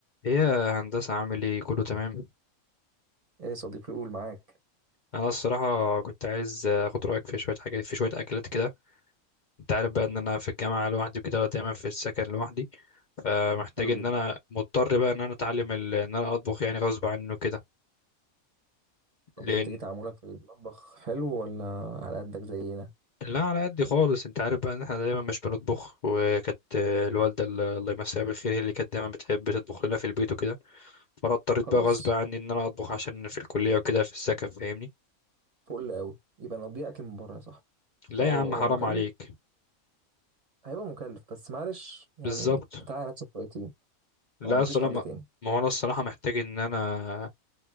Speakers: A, on the left; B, on the right.
A: ايه يا هندسة عامل ايه كله تمام
B: ايه يا صديقي قول معاك
A: انا الصراحة كنت عايز اخد رأيك في شوية حاجات في شوية اكلات كده انت عارف بقى ان انا في الجامعة لوحدي وكده دايما في السكن لوحدي فمحتاج
B: حلو
A: ان
B: جدا
A: انا مضطر بقى ان انا اتعلم ال... ان انا اطبخ يعني غصب عنه كده
B: طب
A: لان
B: انت ايه تعاملك في المطبخ حلو ولا على قدك زينا
A: لا على قد خالص انت عارف بقى ان احنا دايما مش بنطبخ وكانت الوالدة ال- الله يمسيها بالخير هي اللي كانت دايما بتحب تطبخ لنا في البيت وكده فانا اضطريت
B: خلاص
A: بقى غصب عني ان انا اطبخ عشان في الكلية وكده في السكن فاهمني
B: فل قوي يبقى نضيع اكل من بره يا صاحبي
A: لا
B: اه
A: يا
B: هو
A: عم
B: هو
A: حرام
B: مكلف
A: عليك
B: هيبقى مكلف بس معلش يعني
A: بالظبط
B: تعالى نفسك شويتين
A: لا
B: هو مفيش
A: الصراحة
B: حل
A: ما
B: تاني
A: ما هو انا الصراحة محتاج ان انا